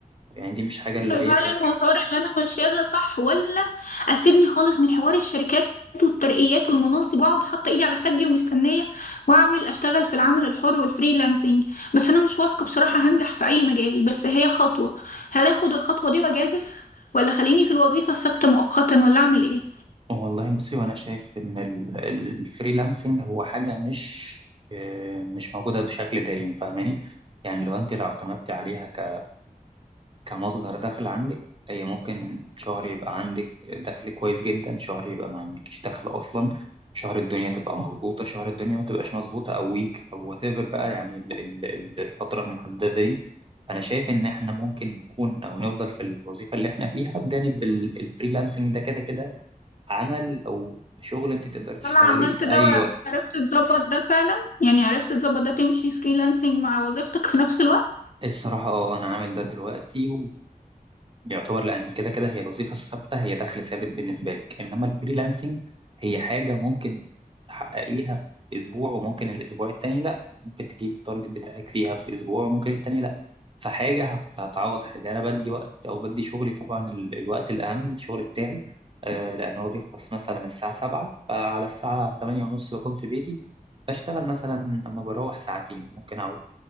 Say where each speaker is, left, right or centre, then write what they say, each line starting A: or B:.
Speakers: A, on the right (about 35°); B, on the left (about 65°).
A: يعني دي مش حاجة اللي
B: طيب
A: هي
B: هل المسار اللي انا ماشياه ده صح ولا اسيبني خالص من حوار الشركات والترقيات والمناصب واقعد حاطه ايدي على خدي ومستنيه واعمل اشتغل في العمل الحر والفريلانسنج بس انا مش واثقه بصراحه هنجح في اي مجال بس هي خطوه هل اخد الخطوه دي واجازف ولا خليني في الوظيفه الثابته مؤقتا ولا اعمل ايه
A: والله بصي وانا شايف ان ال- الفريلانسنج هو حاجه مش آه، مش موجوده بشكل دايم فاهماني يعني لو انت لو اعتمدتي عليها ك- كمصدر دخل عندك هي ممكن شهر يبقى عندك دخل كويس جدا شهر يبقى ما عندكش دخل اصلا شهر الدنيا تبقى مظبوطه شهر الدنيا ما تبقاش مظبوطه او ويك او وات ايفر بقى يعني ال- ال- ال- الفتره المحدده دي انا شايف ان احنا ممكن نكون او نفضل في الوظيفه اللي احنا فيها بجانب ال- الفريلانسنج ده كده كده عمل او شغل انت تقدر تشتغليه
B: انا عملت
A: في
B: ده
A: اي
B: وعرفت
A: وقت
B: تظبط ده فعلا يعني عرفت تظبط ده تمشي فريلانسنج مع وظيفتك في نفس الوقت
A: الصراحة اه أنا عامل ده دلوقتي ويعتبر لأن كده كده هي الوظيفة الثابتة هي دخل ثابت بالنسبة لك إنما الفريلانسنج هي حاجة ممكن تحققيها في أسبوع وممكن الأسبوع التاني لأ ممكن تجيب التارجت بتاعك فيها في أسبوع وممكن التاني لأ فحاجة هت- هتعوض حاجة أنا بدي وقت أو بدي شغلي طبعا ال- الوقت الأهم الشغل بتاعي آه، لأن هو بيخلص مثلا الساعة سبعة فعلى الساعة تمانية ونص بكون في بيتي بشتغل مثلا أما بروح ساعتين ممكن أقعد